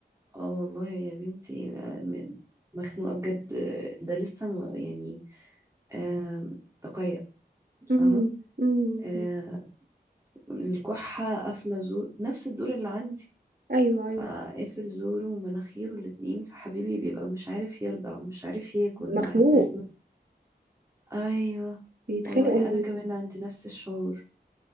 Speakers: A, on the right; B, on the right.
A: اه والله يا بنتي آه، م- مخنوقة بجد آه، ده لسه ما يعني آه تقيأ
B: امم
A: فاهمة
B: امم
A: آه الكحة قافلة زور نفس الدور اللي عندي
B: ايوه
A: فقافل
B: ايوه
A: زوره ومناخيره الاتنين فحبيبي بيبقى مش عارف يرضع مش عارف ياكل مع
B: مخنوق
A: التسنين ايوه
B: بيتخانق
A: والله
B: ولا
A: انا
B: إيه؟
A: كمان عندي نفس الشعور